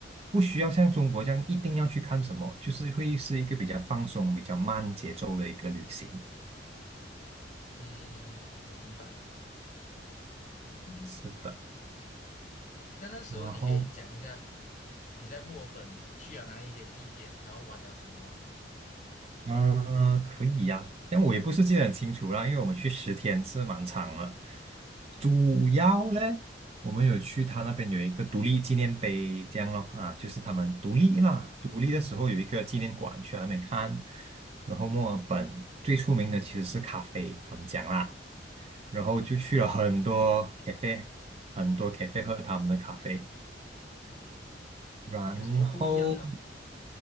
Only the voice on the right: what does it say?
不需要像中国这样一定要去看什么，就是会是一个比较放松、比较慢节奏的一个旅行。
是的。
然后
嗯、呃可以呀、但我也不是记得很清楚啦，因为我们去十天是蛮长了。主要嘞，我们有去他那边有一个独立纪念碑，这样咯啊，就是他们独立啦，独立的时候有一个纪念馆去那边看。然后墨尔本最出名的其实是咖啡，他们讲啦，然后就去了很多咖啡，很多咖啡 f 喝他们的咖啡，然后。